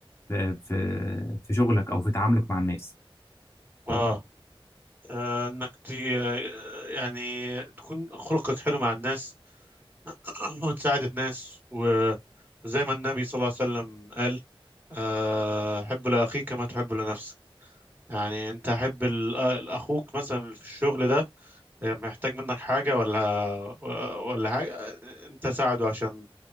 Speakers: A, on the left; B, on the right.
A: في في في شغلك او في تعاملك مع الناس
B: اه آه، انك تي آه، يعني تكون خلقك حلو مع الناس <clears throat> وتساعد الناس و- وزي ما النبي صلى الله عليه وسلم قال آه، حب لأخيك كما تحب لنفسك يعني انت حب ال- آه، اخوك مثلا في الشغل ده آه، محتاج منك حاجة ولا ولا حاجة آه، انت ساعده عشان